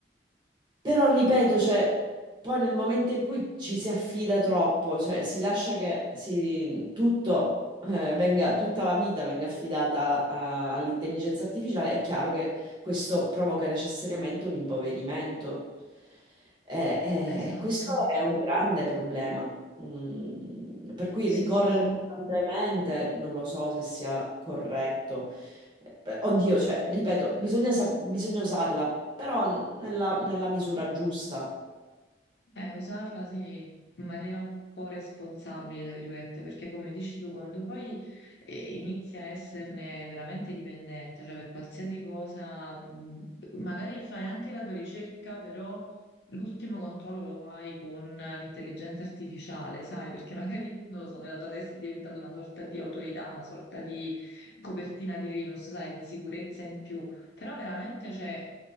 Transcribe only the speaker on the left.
Esatto,
sì,
sì, sì.
Eh, usarla sì, in maniera un po' responsabile, tra virgolette, perché come dici tu, quando poi eh, inizi a esserne veramente dipendente, cioè per qualsiasi cosa, mh, magari fai anche la tua ricerca, però l'ultimo controllo lo fai con l'intelligenza artificiale, sai, perché <laughs> magari, non lo so, nella tua testa è diventata una sorta di autorità, una sorta di copertina di Linux, sai, di sicurezza in più, però veramente c'è